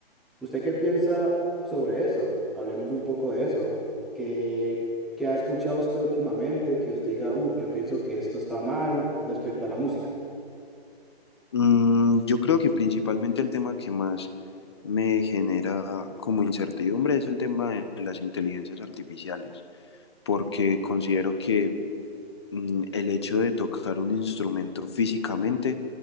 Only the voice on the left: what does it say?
Mm, yo creo que principalmente el tema que más me genera como incertidumbre es el tema de las inteligencias artificiales, porque considero que mm, el hecho de tocar un instrumento físicamente